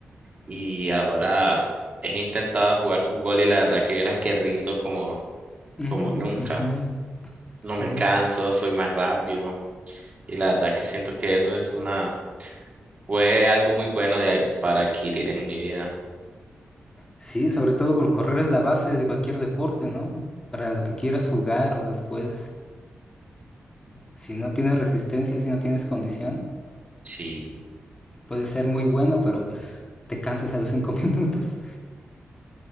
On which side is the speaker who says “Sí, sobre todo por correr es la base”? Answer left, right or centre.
Left